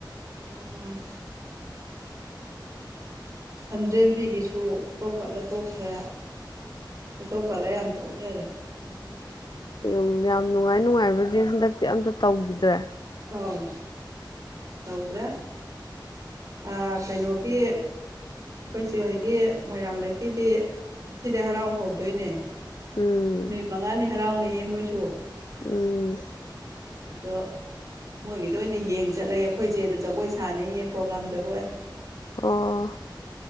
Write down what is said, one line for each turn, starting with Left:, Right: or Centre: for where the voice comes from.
Right: ꯎꯝ ꯁꯟꯗ꯭ꯔꯦꯝꯕꯤꯒꯤꯁꯨ ꯏꯀꯧ ꯈꯠꯂ ꯇꯣꯛꯈ꯭ꯔꯦ ꯏꯀꯧ ꯀꯠꯂ ꯌꯥꯝ ꯇꯣꯛꯅꯔꯦ ꯎꯝ
Left: ꯑ ꯌꯥꯝ ꯅꯨꯡꯉꯥꯏ ꯅꯨꯡꯉꯥꯏꯕꯖꯤꯡ ꯍꯟꯗꯛꯇꯤ ꯑꯝꯇ ꯇꯧꯒꯤꯗ꯭ꯔꯦ
Right: ꯑꯥꯎ ꯇꯧꯗ꯭ꯔꯦ ꯑꯥ ꯀꯩꯅꯣꯒꯤ ꯑꯩꯈꯣꯏ ꯆꯦꯍꯣꯏꯒꯤ ꯃꯣꯏꯔꯥꯡ ꯂꯩꯔꯛꯀꯤꯗꯤ ꯉꯁꯤꯗꯩ ꯍꯔꯥꯎ ꯍꯧꯗꯣꯏꯅꯦ
Left: ꯎꯝ
Right: ꯅꯨꯃꯤꯠ ꯃꯉꯥꯅꯤ ꯍꯔꯥꯎꯅꯩꯌꯦ ꯃꯣꯏꯁꯨ
Left: ꯎꯝ
Right: ꯑꯗꯣ ꯃꯣꯏꯒꯤꯗ ꯑꯣꯏꯅ ꯌꯦꯡ ꯆꯠꯂꯒꯦ ꯑꯈꯣꯏ ꯏꯆꯦꯗꯣ ꯖꯒꯣꯏ ꯁꯥꯥꯟꯅꯦꯌꯦ ꯄ꯭ꯔꯣꯒꯥꯝ ꯖꯒꯣꯏ
Left: ꯑꯣ